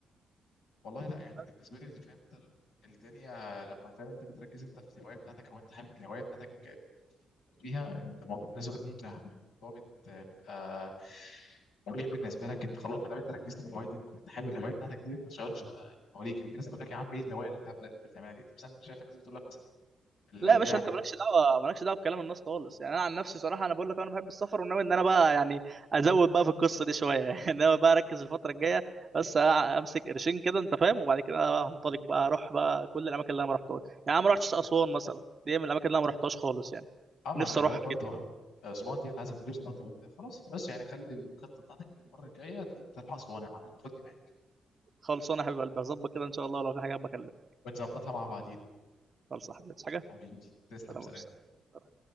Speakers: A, on the left; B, on the right.
A: والله لا يعني
B: بس
A: بالنسبه لي اللي فاهم انت الدنيا لما فاهم انت بتركز انت في الهوايه بتاعتك او انت حابب الهوايه بتاعتك فيها انت الموضوع بالنسبه لك ممتع الموضوع بت- بيبقى مريح بالنسبه لك انت خلاص ما دام انت ركزت في هوايتك وانت حابب الهوايه بتاعتك دي ما تشغلش بقى اللي حواليك الناس تقول لك يا عم ايه الهوايه الهبله اللي انت بتعملها دي مثلا شايف الناس بتقول لك مثلا اللعب
B: لا يا باشا انت مالكش دعوه مالكش دعوه بكلام الناس خالص يعني انا عن نفسي صراحه انا بقول لك انا بحب السفر وناوي ان انا بقى يعني ازود بقى في القصه دي شويه <laughs> يعني انا بقى اركز الفتره الجايه بس امسك قرشين كده انت فاهم وبعد كده بقى هنطلق بقى اروح بقى كل الاماكن اللي انا ما رحتهاش يعني انا ما رحتش اسوان مثلا دي من الاماكن اللي انا ما رحتهاش خالص يعني
A: اه ما
B: نفسي
A: خلي
B: اروحها
A: بالك برضه
B: جدا
A: اسوان دي عايزه فلوس برضه وانت خلاص بس يعني خلي الخطه بتاعتك المره الجايه ترفع اسوان يا معلم خدني معاك
B: خلصانه يا حبيب قلبي هظبط كده ان شاء الله لو في حاجه بكلمك
A: ونظبطها مع بعضينا
B: خلص يا حبيبي عايز حاجه
A: حبيبي تسلم
B: سلام
A: سلام
B: عليكم.